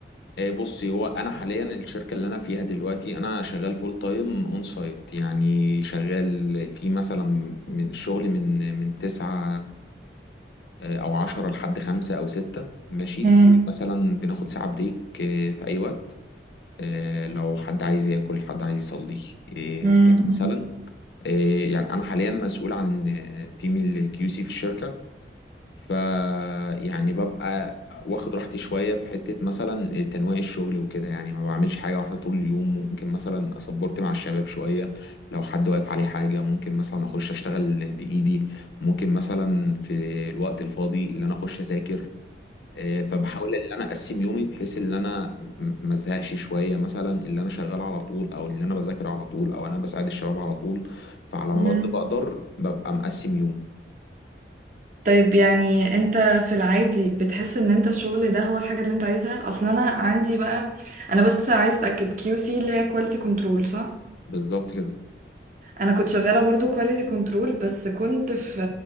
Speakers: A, on the left; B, on the right.
A: آه، بصي هو انا حاليا الشركه اللي انا فيها دلوقتي انا شغال فول تايم اون سايت يعني شغال في مثلا من الشغل من من تسعة آه، او عشرة لحد خمسة او ستة ماشي
B: امم
A: في مثلا بناخد ساعه بريك آه، في اي وقت آه، لو حد عايز ياكل حد عايز يصلي آه،
B: امم
A: كده مثلا آه، يعني انا حاليا مسؤول عن آه، تيم الكيو سي في الشركه ف يعني ببقى واخد راحتي شوية في حتة مثلا تنويع الشغل وكده يعني ما بعملش حاجة واحدة طول اليوم ممكن مثلا أصبرت مع الشباب شوية لو حد واقف عليه حاجة ممكن مثلا أخش أشتغل بإيدي ممكن مثلا في الوقت الفاضي اللي أنا أخش أذاكر آه، فبحاول ان انا اقسم يومي بحيث ان انا م- ما ازهقش شويه مثلا اللي انا شغال على طول او اللي انا بذاكر على طول او انا بساعد الشباب على طول فعلى
B: امم
A: ما بقدر ببقى مقسم يومي
B: طيب يعني انت في العادي بتحس ان انت الشغل ده هو الحاجة اللي انت عايزها اصلا انا عندي بقى انا بس عايز اتاكد كيو سي اللي هي كواليتي كنترول صح
A: بالظبط كده
B: انا كنت شغالة برضو كواليتي كنترول بس كنت في